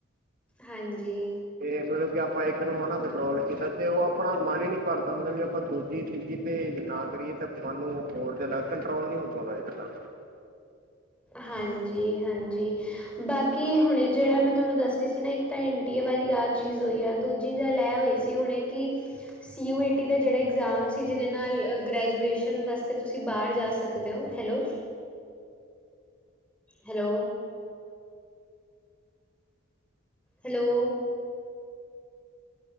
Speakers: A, in the centre; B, on the right.
A: ਹਾਂਜੀ
B: ਤੇ ਮਤਲਬ ਕਿ ਆਪਾਂ ਇੱਕ ਨੂੰ ਹਨਾ ਸ ਸਕਰੋਲ ਕੀਤਾ ਤੇ ਉਹ ਆਪਣਾ ਮਨ ਹੀ ਨੀ ਭਰਦਾ ਮਤਲਬ ਕਿ ਆਪਾਂ ਦੂਜੀ ਤੀਜੀ ਤੇ ਨਾ ਕਰੀਏ ਤਾਂ ਮਨ ਨੂੰ ਹੋਰ ਜਿਆਦਾ, ਕੰਟਰੋਲ ਨੀ ਹੋ ਪਾਉਂਦਾ ਇੱਕ ਤਾਂ
A: ਹਾਂਜੀ ਹਾਂਜੀ ਬਾਕੀ ਹੁਣੇ ਜਿਹੜਾ ਮੈਂ ਤੁਹਾਨੂੰ ਦੱਸ ਰਹੀ ਸੀ ਨਾ ਇੱਕ ਤਾਂ ਇੰਟੀਏ ਵਾਲੀ ਆਹ ਚੀਜ਼ ਹੋਈ ਆ ਦੂਜੀ ਗੱਲ ਇਹ ਹੋਈ ਸੀ ਤੇ ਹੁਣੇ ਕਿ ਸੀ ਯੂ ਈ ਟੀ ਦਾ ਜਿਹੜਾ ਇਗਜ਼ਾਮ ਸੀ ਜਿਹਦੇ ਨਾਲ ਗ੍ਰੈਜੂਏਸ਼ਨ ਵਾਸਤੇ ਤੁਸੀਂ ਬਾਹਰ ਜਾ ਸਕਦੇ ਸਕਦੇ ਹੋ hello hello hello